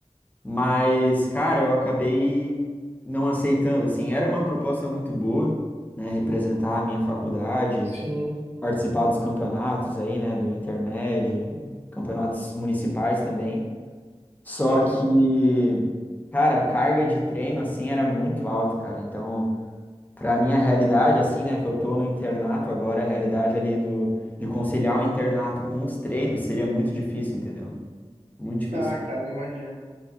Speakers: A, on the left; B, on the right.
A: Mas, cara, eu acabei não aceitando, assim, era uma proposta muito boa, né, representar a minha faculdade,
B: sim,
A: participar dos campeonatos aí, né, do Intermed, campeonatos municipais também. Só
B: aham.
A: que, cara, a carga de treino assim era muito alta, cara. Então, pra minha realidade assim, né, que eu tô no internato agora, a realidade ali do de conciliar o internato com os treinos seria muito difícil, entendeu? Muito difícil.
B: Ah, cara, eu imagino.